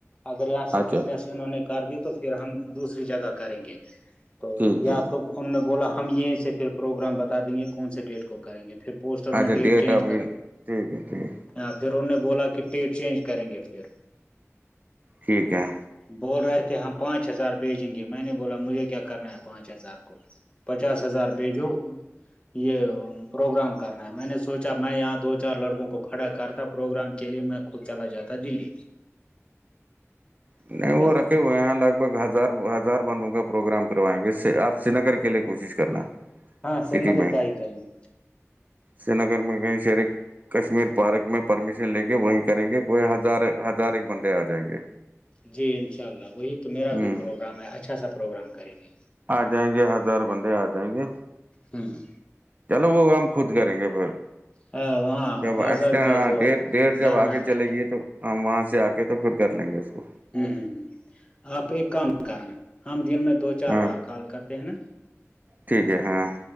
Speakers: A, on the left; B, on the right.
A: اگر یہاں اسٹرکنیس
B: اچھا
A: انہوں نے کر دی تو پھر ہم دوسری جگہ کریں گے تو
B: ٹھیک ٹھیک
A: یا تو ان نے بولا ہم یہیں سے پھر پروگرام بتا دیں گے کون سے ڈیٹ کو کریں گے پھر پوسٹر
B: اچھا
A: میں ڈیٹ چینج
B: ابھی
A: کر
B: ٹھیک ہے ٹھیک
A: ہاں پھر ان نے بولا کہ پیٹ چینج کریں گے پھر
B: ٹھیک ہے
A: بول رہے تھے ہم پانچ ہزار بھیجیں گے میں نے بولا مجھے کیا کرنا ہے پانچ ہزار پچاس ہزار بھیجو یہ پروگرام کرنا ہے میں نے سوچا میں یہاں دو چار لڑکوں کو کھڑا کرتا پروگرام کے لیے میں کو چلا جاتا دلی
B: نہیں
A: کیا
B: وہ رکھے
A: کروں
B: ہوئے یہاں لگ بھگ ہز ہزار بندوں کا پروگرام کروائیں گے آپ سری نگر کے لیے کوشش کرنا
A: ہاں سری
B: سٹی
A: نگر
B: میں
A: کا ہی کریں گے
B: سری نگر میں کہیں شہر ایک کشمیر پارک میں پرمیشن لے کے وہیں کریں گے کوئی ہزار ہزار ایک بندے آ جائیں گے
A: جی انشاء اللہ وہی تو میرا
B: ہوں
A: بھی پروگرام ہے اچھا سا پروگرام کریں گے
B: آ جائیں گے ہزار بندے آ جائیں گے
A: ہوں ہ
B: چلو وہ ہم خود کریں گے پھر
A: ہاں
B: جب
A: باضابطہ طور
B: ڈیٹ ڈیٹ جب
A: دھرنا
B: آگے
A: دیں
B: چلے
A: گے
B: گی تو ہم وہاں سے آ کے تو پھر کر لیں گے اس کو
A: ہوں ہ ہ آپ ایک کام کرنا ہم دن میں دو چار
B: ہاں
A: بار کال کرتے ہیں نا
B: ٹھیک ہے ہاں